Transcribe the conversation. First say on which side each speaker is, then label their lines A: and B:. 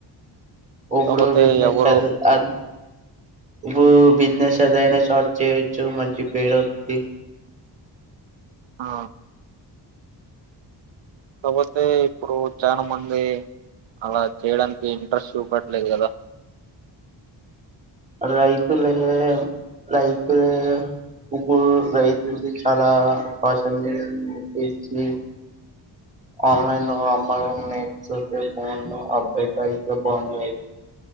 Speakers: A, on the right; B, on the right.
A: ఉబడు
B: కాకపోతే
A: బిజినెస్
B: ఎవరు
A: అద్ అధ్ నువ్వు బిజినెస్ ఏదైనా స్టార్ట్ చేయొచ్చు మంచి పేరు వద్ది
B: ఆ పోతే ఇప్పుడు చాలా మంది అలా చేయడానికి ఇంట్రెస్ట్ చూపట్లేదు కదా
A: రైతులే రైతులే ఇప్పుడు రైతుది చాలా సోషల్ మీడియా తెచ్చి ఆన్లైన్ లో అమ్మ నేర్చితే అయితే బాగుండు అబ్బట్ అయితే బాగుండు